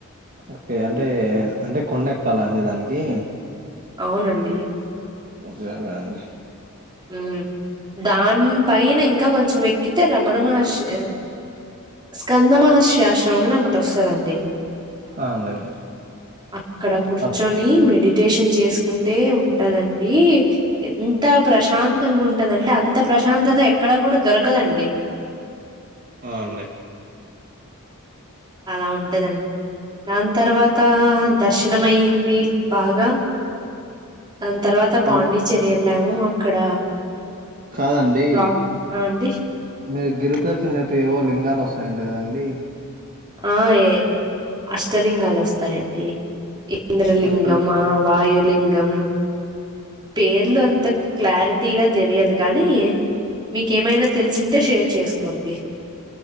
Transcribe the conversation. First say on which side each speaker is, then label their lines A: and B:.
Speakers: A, on the right; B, on the right.
A: ఓకే అంటే అంటే కొండ ఎక్కాలా అండి దానికి
B: అవునండి
A: సరే అండి
B: ఉ దాని పైన ఇంకా కొంచెం ఎక్కితే రమణ మహర్షి స్కంద మహర్షి ఆశ్రమం అని ఒకటి వస్తదండి
A: ఆ అండి
B: అక్కడ కూర్చొని
A: అప్
B: మెడి టేషన్ చేసుకుంటే ఉంటదండి ఎంత ప్రశాంతంగా ఉంటదంటే అంత ప్రశాంతత ఎక్కడా కూడా దొరకదండి
A: అ అండి
B: అలా ఉంటదండి దాని తర్వాత దర్శనం అయింది బాగా దాని తర్వాత పాండిచ్చేరి
A: అ
B: వెళ్ళాము అక్కడ
A: కాదండి
B: రా ఆ అండి
A: మీరు గిరుప్రదక్షణ చెప్పి ఏవో లింగాలు వస్తాయట కదండి
B: ఆ ఏ అష్టలింగాలు వస్తాయండి ఇంద్రలింగమా
A: అసలు
B: వాయులింగం పేర్లు అంత క్లారిటీగా తెలియదు కానీ మీకేమైనా తెలిసింటే షేర్ చేసుకోండి